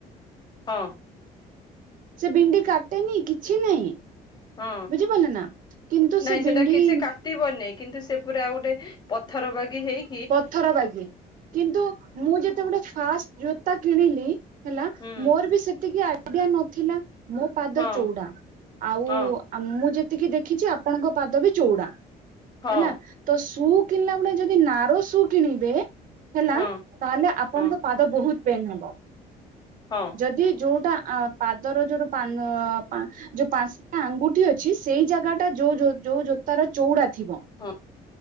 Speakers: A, on the left; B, on the right.
A: ହଁ।
B: ସେ ବିଣ୍ଡି କାଟେନି କିଛି ନାହିଁ?
A: ହଁ
B: ବୁଝିପାରିଲେ ନା କିନ୍ତୁ
A: ନାଇଁ
B: ସେ
A: ସେଇଟା
B: ବିଣ୍ଡି
A: କିଛି କା ଟିବନି କିନ୍ତୁ ସେ ପୁରା ଆଉ ଗୋଟେ ପଥର ବାଗି ହେଇ
B: ପଥର ବାଗି! କିନ୍ତୁ ମୁଁ ଯେତେବେଳେ ଫାଷ୍ଟ ଜୋତା କିଣିଲି ହେଲା
A: ହୁଁ
B: ମୋର ବି ସେତିକି ଆଇଡିଆ ନଥିଲା ମୋ ପାଦ
A: ହଁ
B: ଚଉଡା ଆଉ
A: ହଁ
B: ଆଉ ମୁଁ ଯେତିକି ଦେଖିଛି ଆପଣଙ୍କ ପାଦ ବି ଚଉଡା
A: ହଁ
B: ହେଲା। ତ ସୁଉ କିଣିଲା ବେଳେ ଯଦି ନାରୋ ସୁଉ କିଣିବେ ହେଲା
A: ହଁ
B: ତାହେଲେ ଆପଣଙ୍କ
A: ହଁ
B: ପାଦ ବହୁତ ପେନ୍ ହବ।
A: ହଁ।
B: ଯଦି ଯୋଉଟା ଆ ପାଦର ଯୋଉଟା ପାନ ପା ଯୋଉ ପାଞ୍ଚଟା ଆଙ୍ଗୁଠି ଅଛି ସେଇ ଜାଗାଟା ଯୋଉ ଯୋଉ ଯୋଉ ଜୋତାର ଚୌଉଡା ଥିବ
A: ହଁ।